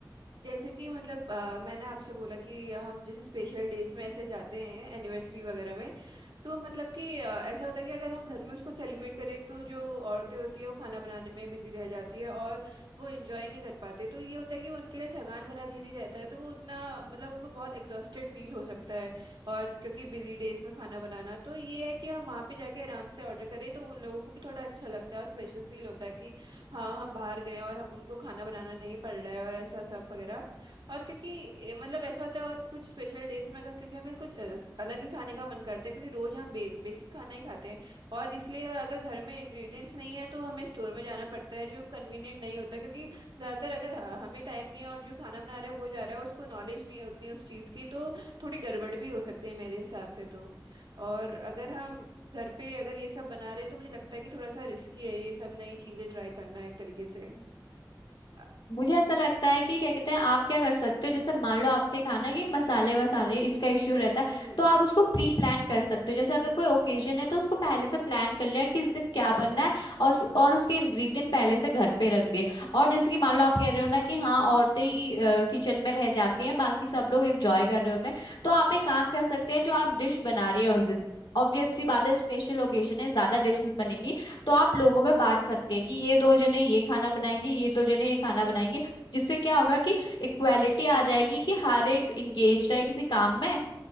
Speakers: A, on the right (about 70°); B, on the left (about 75°).
A: जैसे कि मतलब अ, मैंने आपसे बोला कि हम जैसे स्पेशल डेज में ऐसे जाते हैं एनिवर्सरी वगैरह में तो मतलब कि अ, ऐसा होता है कि अगर हम घर में उसको सेलिब्रेट करें तो जो औरतें होती है वो खाना बनाने में बिजी रह जाती है और वो एंजॉय नहीं कर पाते तो ये होता है कि वो उनके लिए थकान भरा दिन ही रहता है तो वो उतना मतलब उनको बहुत एग्जॉस्टेड फील हो सकता है और क्योंकि बिजी डेज में खाना बनाना तो ये है कि हम वहाँ पे जाके आराम से ऑर्डर करें तो उन लोगों को भी थोड़ा अच्छा लगता है और स्पेशल फील होता है कि हाँ हम बाहर गए और उनको खाना बनाना नहीं पड़ रहा है और ऐसा सब वगैरह और क्योंकि ए, मतलब ऐसा होता है और कुछ स्पेशल डेज में अगर क्योंकि हमें कुछ अ, स- अलग ही खाने का मन करता है क्योंकि रोज हम बे, बेसिक खाना ही खाते हैं और इसलिए अगर घर में इंग्रेडिएंट्स नहीं है तो हमें स्टोर में जाना पड़ता है जो कन्वीनियंट नहीं होता क्योंकि ज़्यादातर अगर ह- हमें टाइम नहीं है और जो खाना बना रहा है वो जा रहा है उसको नॉलेज नहीं है उतनी उस चीज़ की तो थोड़ी गड़बड़ भी हो सकती है मेरे हिसाब से तो और अगर हम घर पे अगर ये सब बना रहे तो मुझे लगता है कि थोड़ा सा रिस्की है ये सब नई चीज़ें ट्राई करना एक तरीके से अ,
B: मुझे ऐसा लगता है कि क्या कहते हैं आप क्या कर सकते हो जैसे मान लो आपने कहा ना कि मसाले वसाले इसका इश्यू रहता है
A: हम्म
B: तो आप उसको प्री प्लान कर सकते हो जैसे अगर कोई ओकेजन है तो उसको पहले से प्लान कर लिया कि इस दिन क्या बनना है और उस- और उसके इंग्रेडिएंट पहले से घर पे रख दिए और जैसे कि मान लो आप कह रहे हो ना कि हाँ औरतें ही किचन में रह जाती हैं बाकी सब लोग एंजॉय कर रहे होते हैं तो आप एक काम कर सकते हैं जो आप डिश बना रही है उस दिन ऑब्वियस सी बात है स्पेशल ओकेजन है ज्यादा डिशेस बनेंगी तो आप लोगों में बांट सकते हैं कि ये दो जने ये खाना बनाएंगे ये दो जने ये खाना बनाएंगे जिससे क्या होगा कि इक्वालिटी आ जाएगी कि हर एक इंगेज है किसी काम में